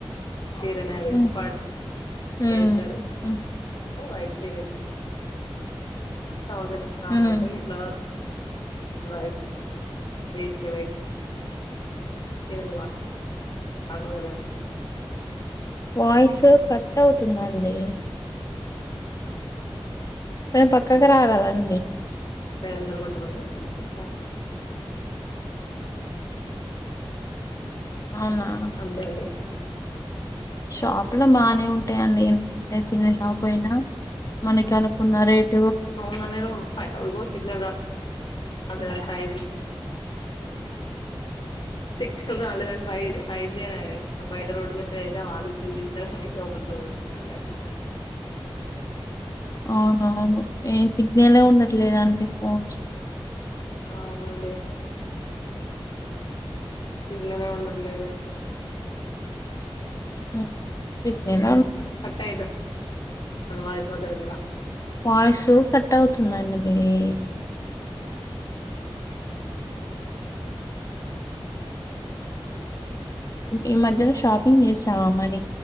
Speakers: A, on the left (about 60°); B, on the left (about 35°).
A: చీరనే అది
B: హ్మ్
A: పడేస్తరు
B: హ్మ్ హ్మ్
A: వైట్ చీరకి థౌసండ్ ఇస్తా
B: హ్మ్
A: అనంటే ఇట్లా వైట్ వేస్ట్ ఏ వైట్ చీరలు వాడరు కదండి
B: వోయిస్ కట్ అవుతుందండి కొంచం పక్కకు రారాదండి
A: ముప్పై ఐదు వందలు కొట్టమని చెప్తాన్న
B: అవునా
A: అట్ల అంతే అండి
B: షాప్ లో బానే ఉంటయండి చిన్న షాప్ అయినా మనకి అనుకున్న రేట్
A: అవునా నేను ఫై ఇగో సిగ్నల్ రాట్లేదని ఫైవ్జి సిగ్నల్ రాలేదని ఫైవ్ ఫైవ్ జి అని బయట రోడ్డు మీదయితే వాళ్ళు వీళ్ళు చూస్తరని లోపల ల కూర్చున్న అండి అట్ల
B: అవునవును ఏ సిగ్నలే ఉండట్లేదండి ఫోన్స్
A: అవునండి సిగ్నలే ఉండట్లేదు
B: ఉమ్ సిగ్నల్
A: కట్ అయితాంది వాయిస్ మధ్య మధ్యల
B: వాయిసు కట్ అవుతుందండి మీది ఈ మధ్యలో షాపింగ్ చేసావా మరి